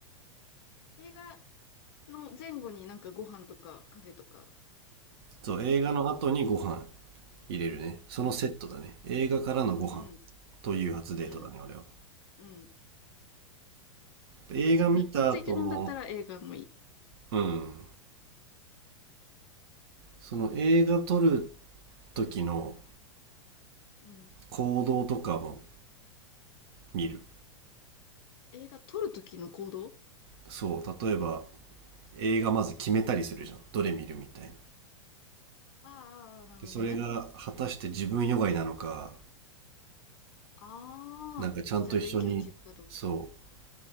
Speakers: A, on the left; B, on the right.
A: ゃん。映画の前後になんかご飯とかカフェとか
B: そう映画の後にご飯
A: つけたい。
B: 入れるねそのセットだね映画からのご飯
A: うん、うん、うん、
B: という初デートだね俺は
A: うん、うん。
B: 映画見た後の
A: なんかくっついてるんだったら映画もいい。
B: うんその映画撮る時の
A: うん。
B: 行動とかも見る
A: 映画撮るときの行動
B: そう例えば映画まず決めたりするじゃんどれ見るみたいな
A: ああー、なるほどね。
B: でそれが果たして自分よがいなのか
A: ああ、
B: なんかちゃんと一緒にそう
A: ちゃんと意見を聞くかどうか。